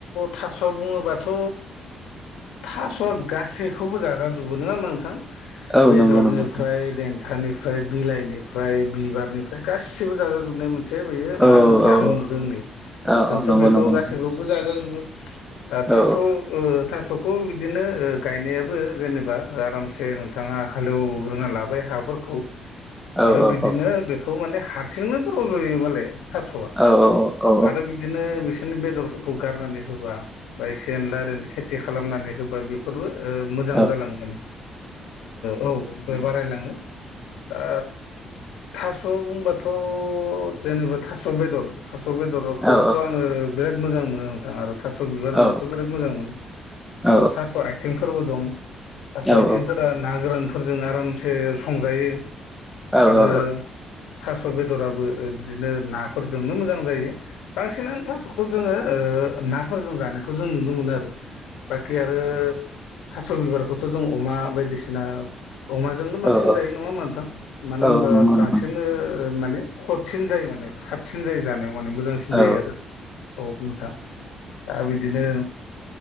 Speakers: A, on the left; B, in the centre.
A: थास' थास' बुङोबाथ' थास'आ गासैखौबो जाजाजोबो नङा होमबा नोंथां
B: औ
A: बेदरनिफ्राय
B: नंगौ नंगौ नोंथां
A: देन निफ्राय बिलाइनिफ्राय बिबारनिफ्राय गासिबो जाजा जोबनाय मोनसे बेयो मा
B: औ
A: होनो जामुं
B: औ औ
A: जोंनि
B: औ
A: जोंथ'
B: औ नंगौ
A: बेखौ
B: नंगौ नोंथां
A: गासैखौबो जाजाजोबो दा थास'
B: औ
A: थास'खौ बिदिनो गायनायाबो जेनेबा आरामसे नोंथाङा हालेवग्रोना लाबाय हाफोरखौ
B: औ
A: आरो बिदिनो
B: औ
A: बेखौ माने हारसिंनोबो रज'यो मालाय थास'आ
B: औ औ
A: आरो बि बिदिनो बिसोरनि बेदरफोरखौ गारनानै होबा बा एसे एनला ओरैनो खेथि खालामनानै होबा बे बे फोरबो मोजां
B: औ
A: जालाङो माने औ बे बारायलाङो दा थास' बुंबाथ' जेनेबा थास' बेदर थास' बेदरखौथ'
B: औ
A: आङो बिराद मोजां मोनो नोंथां आरो थास' बिबार होनबाथ'
B: औ
A: बिराद मोजां मोनो
B: औ
A: थास' आथिंफोरबो दं थास'
B: औ
A: आथिंफोर
B: औ
A: ना गोरानफोरजों आरामसे संजायो
B: औ
A: आरो
B: औ
A: थास' बेदराबो बिदिनो नाफोरजोंनो मोजां जायो बांसिनानो थास'खौ जोङो नाफोरजों जानायखौ जों नुनो मोनो आरो बाखि आरो थास' बिबारखौथ' जों अमा बायदिसिना अमाजोंनो बांसिन
B: औ औ
A: जायो नङा होमब्ला नोथां मानो
B: औ
A: होनबा
B: नंगौ
A: बांसिन
B: नंगौ नोंथां
A: माने खथ साबसिन जायो माने साबसिन जायो जानायाव माने मोजांसिन
B: औ
A: जायो आरो औ नोंथां दा बिदिनो